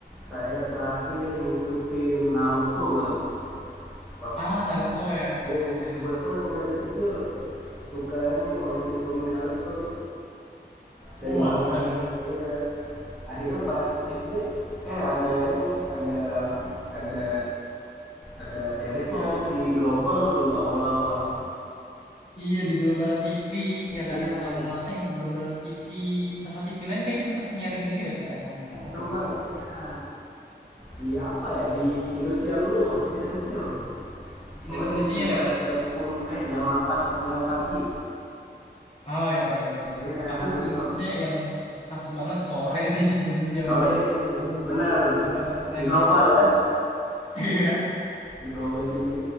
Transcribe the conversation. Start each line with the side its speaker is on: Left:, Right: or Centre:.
Centre: saya terakhir ngikutin Naruto Kak. Wak-
Left: Ah, Naruto ya. I
Centre: iya,
Left: see, I
Centre: kebetulan
Left: see.
Centre: dari kecil suka ini ngoleksi komik Naruto dari
Left: Wah,
Centre: manganya.
Left: keren dong.
Centre: Oh, Iya. Akhirnya pas SD eh ada ini, ada apa? Ada ada seriesnya kan di global dulu awal-awal.
Left: Iya, di Global TV, ya
Centre: Iya,
Left: kan? Sama, eh, Global TV, sama TV lain kayaknya sempet nyarin juga ya, kayak kalau nggak salah,
Centre: sempat.
Left: aku lupa.
Centre: Iya. Di apa ya? Di Indosiar dulu waktu kita kecil.
Left: Indo-
Centre: Pokoknya
Left: Indosiar
Centre: Indosiar
Left: ya?
Centre: jam 10 eh jam 8 atau 9 pagi.
Left: Ah, ya pagi-pagi.
Centre: Iya,
Left: Aku
Centre: Naruto.
Left: ingatnya yang khas banget sore sih, <laughs> jam-jam
Centre: Sore.
Left: mau
Centre: Bener.
Left: berangkat ngaji.
Centre: Di Global ya.
Left: <laughs> Iya.
Centre: Di Global TV.